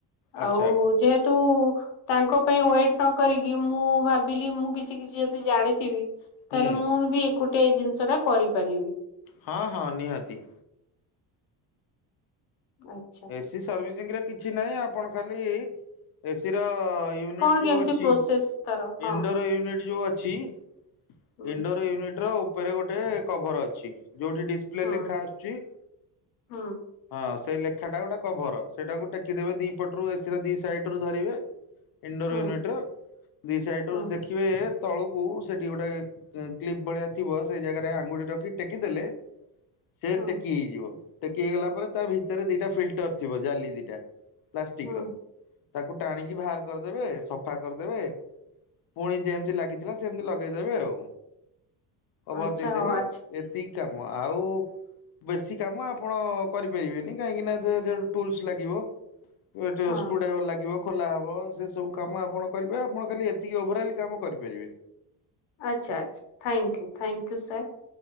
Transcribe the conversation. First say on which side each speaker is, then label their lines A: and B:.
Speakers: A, on the left (about 50°); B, on the left (about 80°).
A: ଆଚ୍ଛା
B: ଆଉ ଯେହେ ତୁ ତାଙ୍କ ପାଇଁ ୱେଟ ନ କରିକି ମୁଁ ଭାବିଲି ମୁଁ କିଛି କିଛି ଯଦି ଜାଣିଥିବି
A: ହୁଁ।
B: ତାହେଲେ ମୁଁ ବି ଏକ ଗୋଟେ ଜିନିଷ ଟା କରିପାରିବି।
A: ହଁ ହଁ ନିହାତି।
B: ଆଚ୍ଛା
A: ଏସି ସର୍ଭିସିଂ ରେ କିଛି ନାହିଁ ଆପଣ ଖାଲି ଏସି ର ୟନିଟ
B: କଣ
A: ଯୋ
B: କେମିତି
A: ଅଛି
B: ପ୍ରୋସେସ ତାର ହଁ
A: ଇନଡୋର ୟୁନିଟ ଯୋଉ ଅଛି। <inaudible>
B: ହୁଁ
A: ଇନଡୋର ୟୁନିଟ ର ଉପରେ ଗୋଟେ କଭର ଅଛି। ଯୋଉଠି ଡିସପ୍ଲେ
B: ହୁଁ
A: ଲେଖା ଆସୁଛି।
B: ହୁଁ ।
A: ହଁ ସେଇ ଲେଖା ଟା ଗୋଟେ କଭର ସେଇଟାକୁ ଟେକି ଦେବେ ଦି ପଟରୁ ଏସିରେ ଦି ସାଇଡ ରୁ ଧରିବେ। ଇଣ୍ଡୋର
B: ହୁଁ
A: ୟୁନିଟ ର ଦି ସାଇଡ
B: ହୁଁ
A: ର ଦେଖିବେ। ତଳକୁ ସେଠି ଗୋଟେ କ୍ଲିପ ଭଳିଆ ଥିବ ସେଇ ଜାଗାରେ ଆଙ୍ଗୁଠ ରଖି ଟେକିଦେଲେ ସେ
B: ହୁଁ
A: ଟେକି ହେଇଯିବ। ଇ ଗଲା ପରେ ତା ଭିତରେ ଦିଟା ଫିଲ୍ଟର ଥିବ ଜାଲି ଦିଟା ପ୍ଲାଷ୍ଟିକ୍ର
B: ହୁଁ।
A: ତାକୁ ଟାଣିକି ବାହାର କରିଦେବେ ସଫା କରିଦେବେ। ପୁଣି ଯେମିତି ଲାଗିଥିଲା ସେମିତି ଲଗେଇଦେବେ ଆଉ। କଭର
B: ଆଚ୍ଛା
A: ଦେଇଦେବେ
B: ହଉ ଆଚ୍ଛା
A: ଏତିକ କାମ ଆଉ ବେଶୀ କାମ ଆ ଆପଣ କରିପାରିବେନି କାହିଁକି ନା ଯେ ଟୁଲସ ଲାଗିବ। ଏଠ
B: ହଁ
A: ସ୍କୁୁ ଡ୍ରାଇଭର ଲାଗିବ। ଖୋଲା ହବ ସେ ସବୁ କାମ ଆପଣ କରିବେ ଆପଣ ଖାଲି ଏତିକି ଓଭରଲି କାମ କରିପାରିବେ।
B: ଆଚ୍ଛା ଆଚ୍ଛା ଥାଙ୍କୟୁ ଥାଙ୍କୟୁ ସାର୍